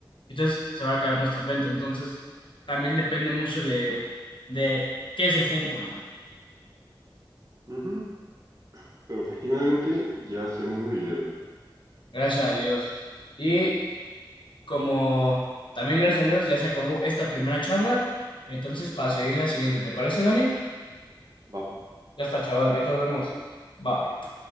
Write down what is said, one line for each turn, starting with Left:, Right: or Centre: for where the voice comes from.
Left: entonces se van a caer nuestras ventas, entonces también depende mucho de, de qué es el Funko,
Right: ujú, pero afortunadamente ya se murieron.
Left: gracias a Dios. Y como también gracias a Dios ya se acabó esta primera charla, entonces para seguir en la siguiente, ¿te parece, Dani?
Right: Va.
Left: Ya está, chaval, ahí te nos vemos. Bye.